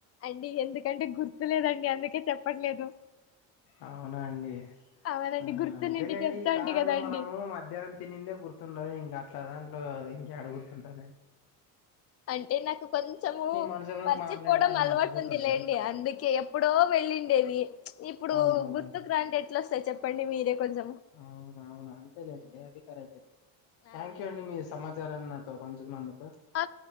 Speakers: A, on the left; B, on the left.
A: అండి ఎందుకంటే గుర్తులేదండి అందుకే చెప్పట్లేదు
B: అవునా అండి
A: అవునండి
B: ఆ
A: గుర్తునింటే
B: అంతేలేండి
A: చెప్తా
B: ఈ కాలంలో
A: అంటి కదండి
B: మనము మధ్యాహ్నం తినిందే గుర్తుండదు ఇంకా ఆట్లా దాంట్లో ఇంక అడుగుడుతుంటారంండి
A: అంటే నాకు కొంచము
B: మనుషులకు
A: పరిచిపోవడం
B: మామూలండి అన్ని
A: అలవాటు
B: మర్చిపోతుంటారు
A: ఉంది లేండి అందుకే ఎప్పుడో వెళ్ళిండేవి ఇప్పుడు
B: అవునవునండి
A: గుర్తుకు్రాంటట్ ఎట్లా సార్ చెప్పండి మీరే కొంచెం
B: అవున అవును అంతేలేండి
A: ఉ
B: అది కరెక్ట్ అంటడి థ్యాంక్
A: అదే
B: యూ అండి మీ సమాచారాన్ని తో పంచుకు న్నను
A: ఆ